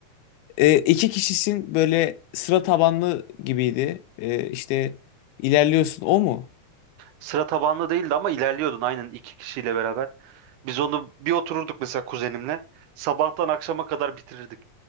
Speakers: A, on the left; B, on the right.
A: Ee, iki kişisin böyle sıra tabanlı gibiydi. Ee, işte ilerliyorsun. O mu?
B: Sıra tabanlı değildi ama ilerliyordun aynen iki kişiyle beraber. Biz onu bir otururduk mesela kuzenimle. Sabahtan akşama kadar bitirirdik.